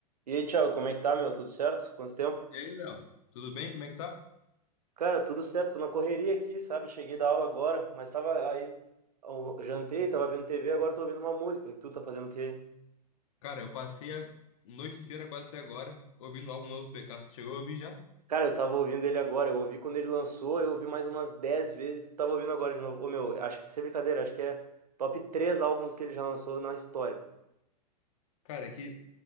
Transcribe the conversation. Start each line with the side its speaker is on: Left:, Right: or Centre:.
Right: E aí, Thiago, como é que tá, meu? Tudo certo? Quanto tempo?
Left: E aí, Léo? Tudo bem? Como é que tá?
Right: Cara, tudo certo, tô na correria aqui, sabe? Cheguei da aula agora, mas tava aí, eu jantei, tava vendo TV, agora tô ouvindo uma música. E tu tá fazendo o quê?
Left: Cara, eu passei a noite inteira, quase até agora, ouvindo o álbum novo do BK. Chegou a ouvir já?
Right: Cara, eu tava ouvindo ele agora, eu ouvi quando ele lançou, eu ouvi mais umas 10 vezes, tava ouvindo agora de novo. Ô, meu, acho que, sem brincadeira, acho que é top 3 álbuns que ele já lançou na história.
Left: Cara, é que